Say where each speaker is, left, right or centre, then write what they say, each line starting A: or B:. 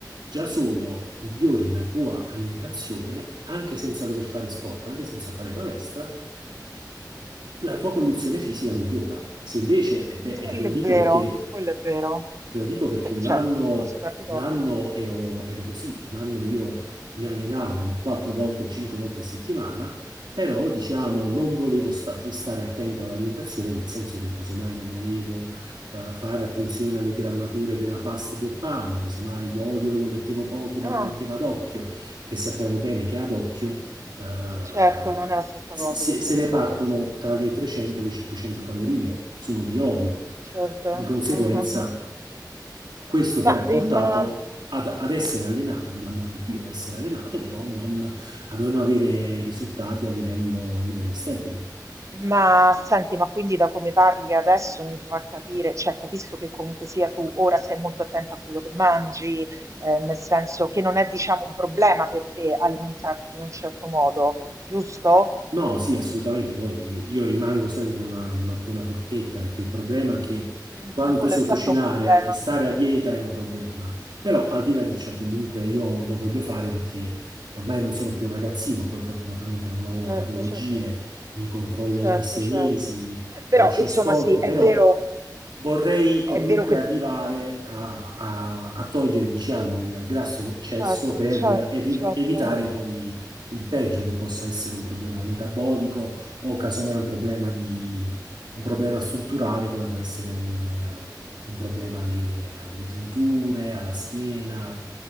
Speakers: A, on the right (about 90°); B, on the right (about 45°).
A: già solo migliori la tua alimentazione, anche senza dover fare sport, anche senza fare palestra, la tua condizione fisica migliora. Se invece, e
B: Mm, Quello
A: te lo
B: è
A: dico
B: vero,
A: perché
B: quello è vero.
A: Te lo dico perché
B: Sì,
A: un
B: certo,
A: anno,
B: non posso darti
A: un
B: torto.
A: anno ero, ero così, un anno io mi allenavo quattro volte, cinque volte a settimana, però diciamo non volevo sta- stare attento all'alimentazione, nel senso che casomai non volevo eh, fare attenzione alle grammature della pasta e del pane, casomai l'olio lo mettevo poco ma
B: Ah,
A: lo mettevo ad occhio, che sappiamo bene che ad occhio eh,
B: certo, non è la stessa
A: se,
B: cosa
A: se-
B: esattamente.
A: se ne partono tra le 300 e le 500 calorie solo di olio.
B: Certo.
A: Di conseguenza
B: <laughs> ah, ah, ah.
A: questo poi
B: Ma,
A: ha portato
B: eh, ma-
A: ad, ad essere allenato, per l'amor di Dio, essere allenato, però non, a non avere risultati a livello, a livello estetico.
B: ma senti, ma quindi da come parli adesso mi fa capire, cioè capisco che comunque sia tu ora sei molto attenta a quello che mangi, eh, nel senso che non è diciamo un problema per te alimentarti in un certo modo, giusto?
A: No, sì, assolutamente. Poi io rimango sempre una, una buona forchetta perché il problema è che
B: Mm,
A: quando
B: eh, quello
A: tu sai
B: infatti
A: cucinare
B: è un problema.
A: e stare a dieta è un problema. Però al di là di ciò, comunque io lo voglio fare perché ormai non sono più un ragazzino, poi fortunatamente non ho
B: Certo,
A: patologie,
B: certo.
A: mi controllo
B: Certo,
A: ogni sei
B: certo.
A: mesi,
B: Però,
A: faccio
B: insomma,
A: sport,
B: sì, è
A: però
B: vero,
A: vorrei comunque
B: è vero che...
A: arrivare a, a- a togliere, diciamo, il grasso in eccesso
B: Certo,
A: per
B: certo,
A: eri-
B: certo.
A: evitare poi il peggio che possa essere un problema metabolico o casomai un problema di, un problema strutturale come può essere un, eh, un problema alle, alle giunture, alla schiena